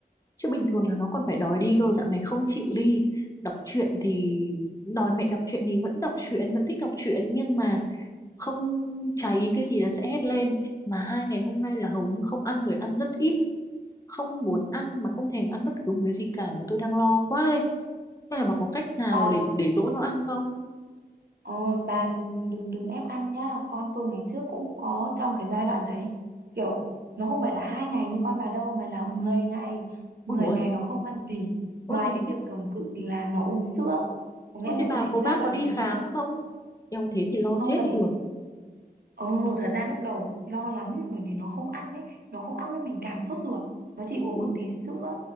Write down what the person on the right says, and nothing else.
ừ.
Bà,
ờ, bà đừng đừng đừng ép ăn nha. Con tôi ngày trước cũng có trong cái giai đoạn đấy. Kiểu nó không phải là hai ngày như con bà đâu mà là 10 ngày. mười
ngày nó không ăn gì. Ngoài
cái việc cầm cự là nó uống sữa. Có nghĩa
lúc
đấy
cái
giai đoạn
đấy
không
cần
Ồ, thật ra lúc đầu lo lắm bởi vì nó không ăn đấy, nó không ăn nên mình càng sốt ruột. Nó chỉ uống
có tí sữa,